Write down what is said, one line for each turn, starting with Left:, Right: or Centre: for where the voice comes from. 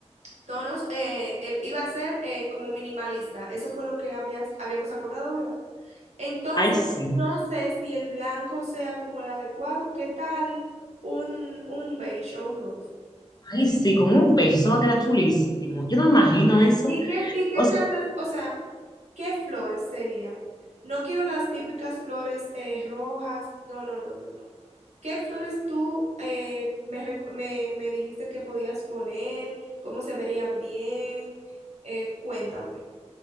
Right: tonos, eh, eh, iba a ser eh, como minimalista. Eso fue lo que habías, habíamos acordado, ¿verdad? Entonces,
Left: Ay, sí,
Right: no sé si el blanco sea como el adecuado, ¿qué tal un, un beige o un nude?
Left: ay, sí, con un beige, eso va a quedar chulísimo. Yo no me imagino eso.
Right: ¿Y qué, y qué
Left: O s-
Right: plantas, o sea, qué flores sería? No quiero las típicas flores eh, rojas, no, no, no, no, no. ¿Qué flores tú eh, me, rec- me- me dijiste que podías poner? ¿Cómo se verían bien? Eh, cuéntame.